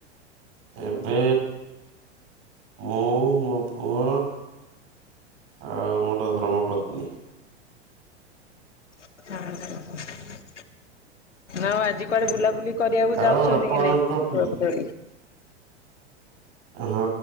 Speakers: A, on the right; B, on the left.
A: ଏବେ ମୁଁ ମୋ ପୁଅ। ଆଉ ମୋର ଧର୍ମପତ୍ନୀ।
B: <inaudible> ଆଉ ଆଜି କୁଆଡେ ବୁଲାବୁଲି କରିବାକୁ
A: ଆଉ
B: ଯାଉଛନ୍ତି
A: ଆପଣଙ୍କ
B: କି ନାଇଁ?
A: ପିଲା
B: ପୁଅ କୁ
A: ହଁ!